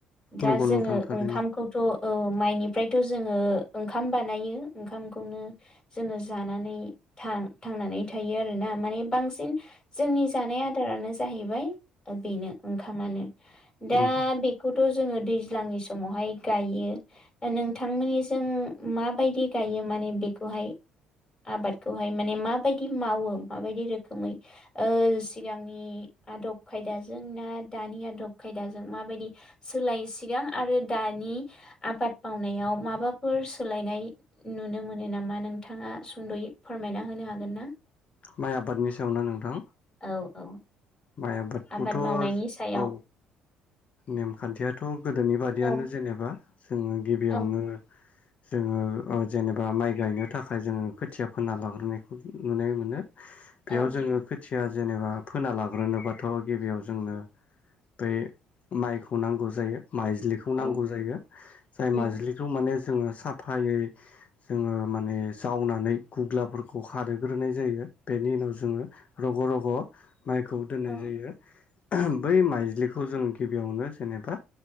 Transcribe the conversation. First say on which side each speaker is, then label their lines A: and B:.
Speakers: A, on the left; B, on the left.
A: दा
B: नंगौ
A: जोङो
B: नोंथां थारैनो
A: ओंखामखौथ' औ माइनिफ्रायथ' जोङो ओंखाम बानायो ओंखामखौनो जोङो जानानै थां थांनानै थायो आरोना माने बांसिन जोंनि जानाय आदारानो जाहैबाय बेनो ओंखामानो दा
B: नंगौ
A: बेखौथ' जो जोङो दैज्लांनि समावहाय गायो दा नोंथांमोनिजों मा बायदि गायो मा ने बेखौहाय आबादखौहाय माने माबायदि मावो माबायदि रोखोमै ओ सिगांनि आदब खायदाजों ना? दानि आदब खायदाजों माबायदि सोलाय सिगां आरो दानि आबाद मावनायाव माबाफोर सोलायनाय नुनो मोनो नामा नोंथाङा सुंद'यै फोरमायना होनो हागोन ना?
B: माइ आबादनि सायाव ना नोंथां?
A: औ औ
B: माइ आबादखौथ'
A: आबाद
B: औ
A: मावनायनि सायाव
B: नेमखान्थियाथ' गोदोनि बादियानो
A: औ
B: जेनेबा जोङो गिबियावनो
A: औ
B: जोङो ओ जेनेबा माइ गायनो थाखाय जोङो खोथिया फोना लाग्रोनायखौ नुनो मोनो। बेयाव
A: औ
B: जोङो खोथिया जेनेबा फोना लाग्रोनो बाद थ' गिबियाव जोंनो बै माइखौ नांगौ जायो माइज्लिखौ
A: औ
B: नांगौ जायो जाय
A: उम
B: माइज्लिखौ माने जोङो साफायै
A: <inaudible>
B: जोङो माने जावनानै गुब्लाफोरखौ खारग्रोनाय जायो बेनि उनाव जोङो रग' रग' माइखौ दोननाय
A: औ
B: जायो बै माइज्लिखौ जों गिबियावनो जेनेबा